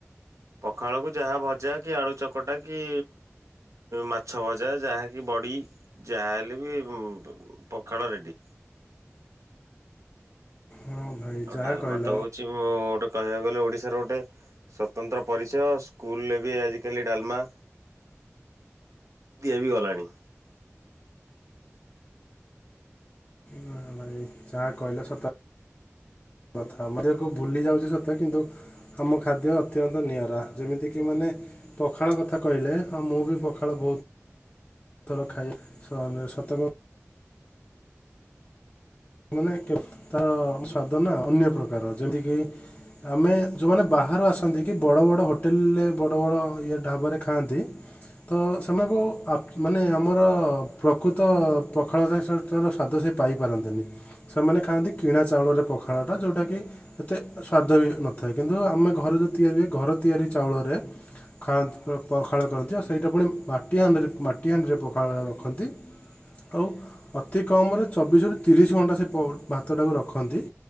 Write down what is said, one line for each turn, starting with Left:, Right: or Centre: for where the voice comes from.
Right: ପଖାଳକୁ ଯାହା ଭଜା କି ଆଳୁ ଚକଟା କି ମାଛ ଭଜା ଯାହାକି ବଡ଼ି ଯାହାହେଲେ ବି ପଖାଳ ରେଡ଼ି।
Left: ହଁ। ଭାଇ
Right: ଆଉ
Left: ଯାହା
Right: ଡାଲମା
Left: କହିଲ
Right: ତ ହଉଚି <unintelligible> ଗୋଟେ କହିବାକୁ ଗଲେ ଓଡିଶାର ଗୋଟେ ସ୍ଵତନ୍ତ୍ର ପରିଚୟ, ସ୍କୁଲରେ ବି <unintelligible> <unintelligible> ଡାଲମା ଦିଆ ବି ଗଲାଣି।
Left: ନା ଭାଇ ଯାହା କହିଲ ସ <inaudible> କୁ ଭୁଲି ଯାଉଚି ସତ କିନ୍ତୁ ଆମ ଖାଦ୍ୟ ଅତ୍ୟନ୍ତ ନିଆରା। ଯେମିତିକି ମାନେ ପଖାଳ କଥା କହିଲେ ହଁ ମୁଁ ବି ପଖାଳ ବହୁତ୍ ର ଖାଇ <unintelligible> ମାନେ କେ-ତାର ସ୍ଵାଦ ନା ଅନ୍ୟ ପ୍ରକାର ଯେମିତିକି ଆମେ ଯୋଉମାନେ ବାହାରୁ ଆସନ୍ତି କି ବଡବଡ ହୋଟେଲରେ ବଡବଡ ଇଏ ଢାବାରେ ଖାଆନ୍ତି। ତ ସେମାନଙ୍କୁ ଆ-ମାନେ ଆମର ପ୍ରକୃତ ପଖାଳ ଜାସ୍ ର ସ୍ଵାଦ ସେ ପାଇପାରନ୍ତିନି। ସେମାନେ ଖାଆନ୍ତି କିଣା ଚାଉଳରେ ପଖାଳଟା ଯୋଉଟାକି ଏତେ ସ୍ଵାଦ ବି ନଥାଏ କିନ୍ତୁ ଆମେ ଘରେ ଯୋଉ ତିଆରି ହୁଏ ଘର ତିଆରି ଚାଉଳରେ ଖାନ୍ତି ପ-ପଖାଳ କରନ୍ତି ଆଉ ସେଇଟା ପୁଣି ମାଟି ହାଣ୍ଡରେ ମାଟି ହାଣ୍ଡିରେ ପଖାଳ ରଖନ୍ତି। ଆଉ ଅତି କମରେ ଚବିଶ ରୁ ତିରିଶ ଘଣ୍ଟା ସେ ପ-ଭାତରାକୁ ରଖନ୍ତି।